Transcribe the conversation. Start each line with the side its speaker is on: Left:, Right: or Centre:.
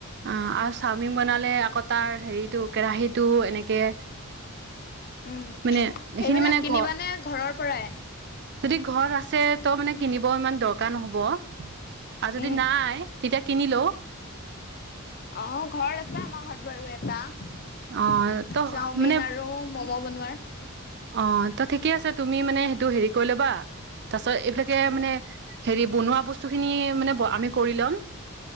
Right: অ', আৰু চাওমিন বনালে কটাৰ হেৰিটো কেৰাহীটো এনেকে
Left: উম
Right: মানে এইখিনি
Left: সেইবিলাক
Right: মানে
Left: কিনিবানে
Right: ঘৰ
Left: ঘৰৰ পৰাই
Right: যদি ঘৰত আছে তো মানে কিনিব ইমান দৰকাৰ নহব। আৰু যদি
Left: উম,
Right: নাই তেতিয়া কিনিলও
Left: অ, ঘৰত আছে আমাৰ ঘৰত বাৰু এটা চাওমিন
Right: অ ত মানে
Left: আৰু মম' বনোৱাৰ।
Right: অ', ত' ঠিকে আছে তুমি মানে সেইটো হেৰি কৰি ল'বা তাৰ এইবিলাকে
Left: উম
Right: মানে হেৰি বনোৱা বস্তু খিনি মানে আমি কৰি ল'ম।